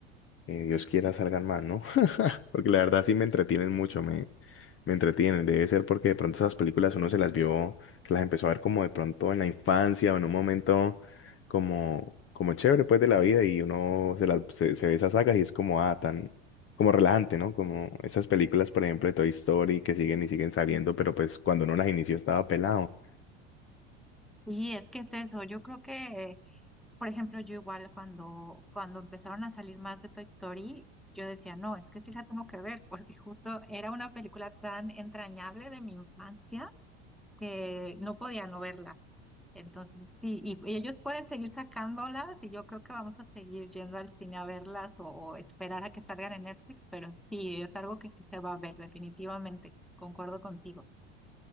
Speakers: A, on the left (about 40°); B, in the centre.
A: eh, Dios quiera salgan más, ¿no? Porque la verdad sí me entretienen mucho, me, me entretienen. Debe ser porque de pronto esas películas uno se las vio, se las empezó a ver como de pronto en la infancia o en un momento como, como chévere pues de la vida y uno se, las se, se ve esas sagas y es como, ah, tan, como relajante, ¿no? Como esas películas, por ejemplo, de Toy Story que siguen y siguen saliendo, pero pues cuando uno las inició estaba pelado.
B: Sí, es que es eso. Yo creo que, por ejemplo, yo igual cuando, cuando empezaron a salir más de Toy Story, yo decía, no, es que sí la tengo que ver, porque justo era una película tan entrañable de mi infancia eh, no podía no verla. Entonces, sí, y, y ellos pueden seguir sacándolas y yo creo que vamos a seguir yendo al cine a verlas o, o esperar a que salgan en Netflix, pero sí, es algo que sí se va a ver, definitivamente, concuerdo contigo.